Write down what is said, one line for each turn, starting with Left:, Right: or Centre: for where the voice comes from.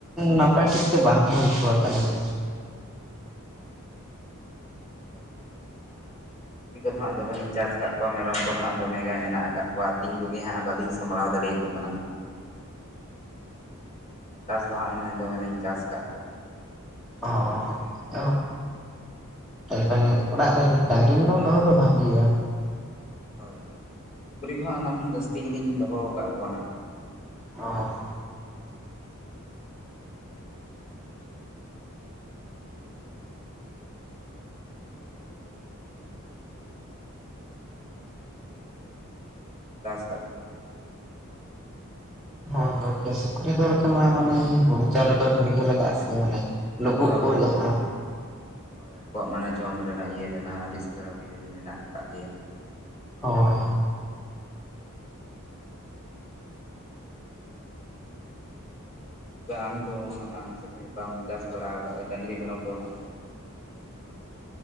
Centre: ᱱᱟᱯᱟᱭ ᱴᱷᱤᱠ ᱛᱮ ᱵᱟᱝ ᱠᱚ ᱦᱳᱭ ᱚᱪᱚ ᱟᱛᱟᱞᱮᱭᱟ,
Left: ᱜᱚᱝᱠᱮ ᱟᱹᱞᱤᱧ ᱫᱚ ᱦᱟᱸᱜ ᱱᱟᱦᱟᱜ ᱥᱩᱠᱨᱤ ᱠᱚᱫᱚ ᱦᱟᱸᱜ ᱫᱚᱢᱮ ᱞᱤᱧ ᱪᱟᱥ ᱟᱠᱟᱫ ᱠᱚᱣᱟ ᱢᱮᱨᱚᱢ ᱠᱚᱫᱚ ᱦᱟᱸᱜ ᱫᱚᱢᱮ ᱜᱮ ᱢᱮᱱᱟᱜ ᱟᱠᱟᱫ ᱠᱚᱣᱟ, ᱠᱚ ᱟᱹᱛᱤᱧ ᱠᱚᱜᱮᱭᱟ ᱦᱟᱸᱜ ᱵᱟᱹᱞᱤᱧ ᱥᱟᱢᱵᱲᱟᱣ ᱫᱟᱲᱮᱭᱟ ᱠᱚ ᱠᱟᱱᱟ, ᱪᱟᱥ ᱫᱚ ᱦᱟᱸᱜ ᱱᱩᱭ ᱫᱚᱢᱮᱞᱤᱧ ᱪᱟᱥ ᱠᱟᱫ ᱠᱚᱣᱟ,
Centre: <unintelligible> ᱧᱮᱞ ᱵᱤᱱ ᱚᱲᱟᱜ ᱨᱮ ᱰᱟᱝᱨᱤ ᱢᱮᱨᱚᱢ ᱫᱚᱦᱚ ᱫᱚ ᱵᱷᱟᱜᱮᱭᱟ,
Left: ᱦᱳᱭ ᱦᱳᱭ ᱥᱩᱠᱨᱤ ᱠᱚᱦᱚᱸ ᱦᱟᱸᱜ ᱚᱱᱟ ᱠᱷᱚᱱ ᱡᱟᱹᱥᱛᱤ ᱜᱮᱞᱤᱧ ᱫᱚᱦᱚᱣ ᱠᱟᱜ ᱠᱚᱣᱟ ᱦᱟᱸᱜ,
Centre: ᱚᱸ
Left: ᱚᱱᱟ ᱛᱮᱜᱮ ᱟᱹᱞᱤᱧᱟᱜ, ᱡᱚᱢᱟᱜ ᱠᱚ ᱤᱭᱟᱹ ᱠᱚ ᱚᱱᱟ ᱠᱚᱛᱮ ᱜᱮ ᱟᱹᱞᱤᱧᱟᱜ ᱥᱚᱢᱚᱥᱥᱟᱜ ᱠᱟᱱᱟ ᱠᱟᱹᱴᱤᱡ ᱦᱟᱸᱜ ᱟᱹᱰᱤ ᱤᱥᱛᱟᱹᱨ ᱞᱤᱧ ᱪᱟᱥ ᱠᱟᱜ ᱠᱚᱣᱟ ᱦᱟᱸᱜ ᱥᱩᱠᱨᱤ ᱢᱮᱨᱚᱢ ᱠᱚᱫᱚ,
Centre: ᱦᱳᱭ ᱦᱳᱭ ᱜᱮ ᱥᱩᱠᱨᱤ ᱫᱚ ᱦᱩᱭᱩᱜ ᱠᱟᱱᱟ ᱢᱟᱱᱮ ᱦᱩᱲᱩ ᱪᱟᱣᱞᱮ ᱫᱚ ᱰᱷᱮᱨ ᱜᱮ ᱞᱟᱜᱟᱜ-ᱟ ᱥᱮ ᱢᱟᱱᱮ ᱞᱩᱵᱩᱜ
Left: ᱦᱳᱭ
Centre: ᱠᱚ ᱡᱟᱦᱟᱸ
Left: ᱦᱳᱭ, ᱦᱳᱭ ᱟᱠᱚᱣᱟᱜ ᱢᱟᱱᱮ ᱡᱚᱢ ᱨᱮᱱᱟᱜ ᱤᱭᱟᱹ ᱨᱮᱱᱟᱜ ᱟᱹᱰᱤ ᱤᱥᱛᱟᱹᱨ <inaudible> ᱢᱮᱱᱟᱜ ᱟᱠᱟᱫ ᱞᱮᱭᱟ, ᱥᱮ ᱪᱮᱫ,
Centre: ᱦᱳᱭ,
Left: <unintelligible> ᱟᱢ ᱫᱚ ᱟ ᱪᱮᱞᱮ ᱵᱟᱢ ᱪᱟᱥ ᱵᱟᱲᱟ ᱟᱠᱟᱫ ᱰᱟᱹᱝᱨᱤ ᱢᱮᱨᱚᱢ ᱠᱚ ᱦᱟᱸᱜ ᱯᱮ ᱫᱚᱦᱚ ᱟᱠᱟᱫ ᱠᱚᱭᱟ, ᱠᱚ ᱜᱮᱭᱟ ᱥᱮ ᱵᱟᱝ,